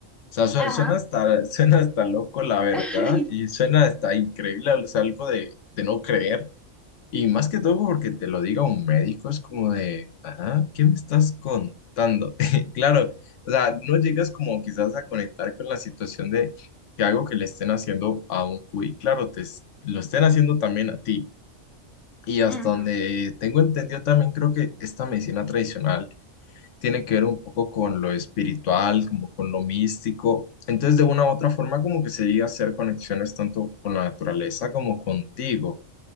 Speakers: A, on the left; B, in the centre.
A: sea, suena,
B: Ajá.
A: suena hasta, <laughs> suena hasta loco, la verdad,
B: <laughs>
A: y suena hasta increíble, o sea, algo de, de no creer. Y más que todo porque te lo diga un médico, es como de, ajá, ¿qué me estás contando? <laughs> Claro, o sea, no llegas como quizás a conectar con la situación de que algo que le estén haciendo a un cuy, claro, te, es- lo estén haciendo también a ti. Y hasta
B: Ujú,
A: donde tengo entendido también creo que esta medicina tradicional tiene que ver un poco con lo espiritual, como con lo místico. Entonces, de una u otra forma, como que se llega a hacer conexiones tanto con la naturaleza como contigo.